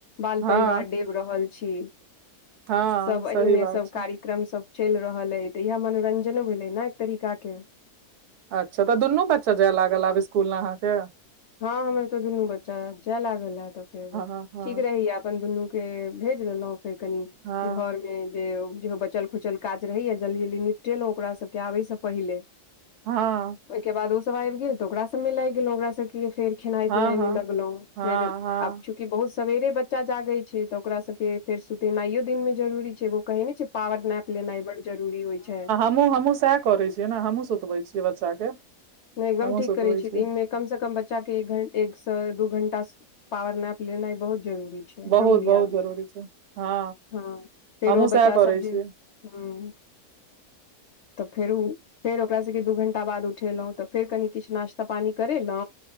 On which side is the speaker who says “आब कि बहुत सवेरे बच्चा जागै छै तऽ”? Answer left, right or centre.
Left